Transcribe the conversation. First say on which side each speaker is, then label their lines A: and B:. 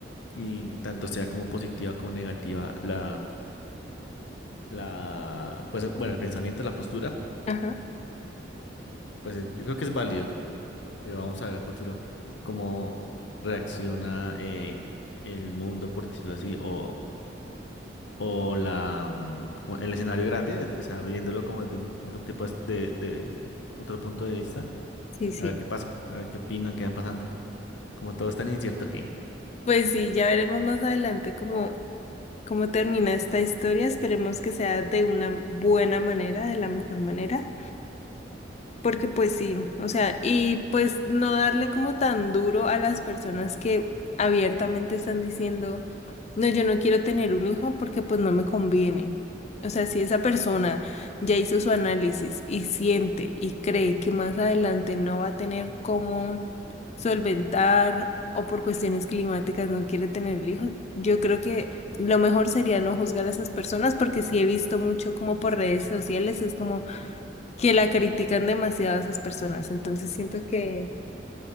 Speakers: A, on the left; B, on the left.
A: y tanto sea como positiva como negativa la, la, pues bueno, el pensamiento, la postura,
B: Ajá,
A: pues eh, yo creo que es válido, pero vamos a ver a futuro cómo reacciona eh, el mundo, por decirlo así, o o la, mm, o el escenario grande, de- o sea, viéndolo como de un- otro tipo de, de otro punto de vista,
B: sí, sí.
A: a ver qué pasa, a ver qué opinan, qué va pasando. Como todo es tan incierto, <laughs> je.
B: Pues sí, ya veremos más adelante cómo, cómo termina esta historia. Esperemos que sea de una buena manera, de la mejor manera. Porque pues sí, o sea, y pues no darle como tan duro a las personas que abiertamente están diciendo, no, yo no quiero tener un hijo porque pues no me conviene. O sea, si esa persona ya hizo su análisis y siente y cree que más adelante no va a tener cómo solventar o por cuestiones climáticas no quiere tener el hijo, yo creo que lo mejor sería no juzgar a esas personas porque sí he visto mucho como por redes sociales, es como que la critican demasiado a esas personas. Entonces siento que,